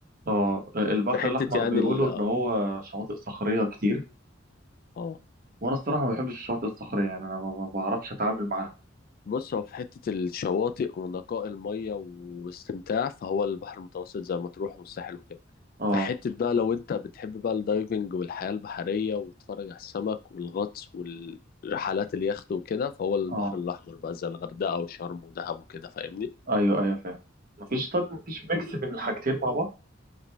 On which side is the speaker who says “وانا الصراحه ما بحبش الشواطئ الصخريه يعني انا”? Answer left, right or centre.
Right